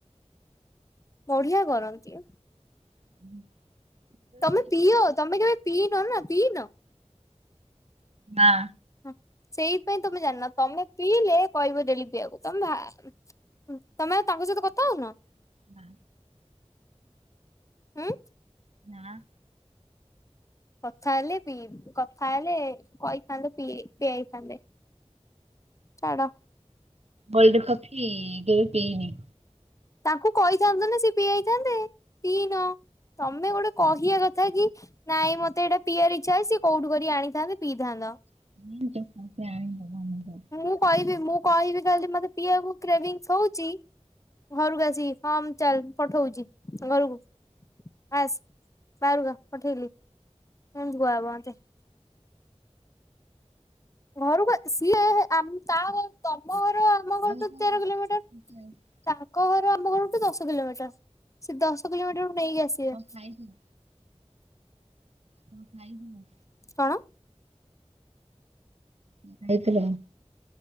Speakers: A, on the left; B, on the right.
A: ବଢିଆ କରନ୍ତି।
B: ହୁଁ
A: ତମେ ପିଅ ତମେ କେବେ ପିଇନ ନା ପିଇନ
B: ନାଁ
A: ହଁ ସେଇଥିପାଇ ତମେ ଜାଣିନ ତମେ ପିଇଲେ କହିବ ଡେଲି ପିଇବାକୁ ତମେ ହଁ ତମେ ଆଉ ତାଙ୍କ ସହିତ କଥା ହଉନ?
B: ନା।
A: ହୁଁ
B: ନାଁ।
A: କଥା ହେଲେ ପିଇ କଥା ହେଲେ କହିଥାନ୍ତେ ପିଇ ପିଆଇଥାନ୍ତେ। ଛାଡ଼
B: କୋଲଡ କଫି କେବେ ପିଇନି।
A: ତାଙ୍କୁ କହିଥାନ୍ତେ ନା ସେ ପିଆଇଥାନ୍ତେ ପିଇନ ତମେ ଗୋଟେ କହିବା କଥା କି ନାଇଁ ମତେ ଏଟା ପିଇବାର ଇଚ୍ଛା ଅଛି ସେ କୋଉଠୁ କରି ଆଣିଥାନ୍ତ ପିଇଥାନ୍ତ।
B: <unintelligible>
A: ମୁଁ କହିବି ମୁଁ କହିବି କହି ମତେ ପିବାକୁ କ୍ରେଭିଙ୍ଗସ୍ ହେଉଚି। ଘରକୁ ଆସିକି ହଁ ମୁ ଚାଲ ପଠଉଛି ଘରକୁ ଆସ। ବାରୁକୁ ଆ ପଠେଇଲି ପୁଣି ଧୁଆ ହେବ ମତେ। ଘରକୁ ସିଏ ତା ତମ ଘର ଆମ ଘରଠୁ
B: ଆଉ କଣ
A: ତେର କିଲୋମିଟର।
B: କଣ
A: ତାଙ୍କ ଘର ଆମ ଘରଠୁ ଦଶ କିଲୋମିଟର ସେ ଦଶ କିଲୋମିଟରୁ ନେଇକି ଆସିବେ।
B: ଖାଇଥିଲ କଣ ଖାଇଥିଲ?
A: କଣ?
B: ଖାଇଥିଲ କଣ?